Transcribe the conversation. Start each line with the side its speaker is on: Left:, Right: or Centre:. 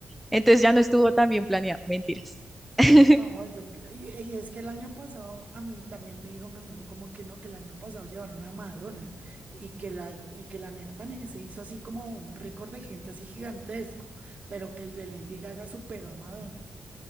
Centre: Entonces ya no estuvo tan bien planeado. Mentiras. <laughs>
Right: No, yo creo- y, y es que el año pasado, a mí también me dijo mi amigo como que no, que el año pasado llevaron a Madonna y que la, y que la nena también se hizo así como un récord de gente así gigantesco, pero que el de Lady Gaga superó a Madonna.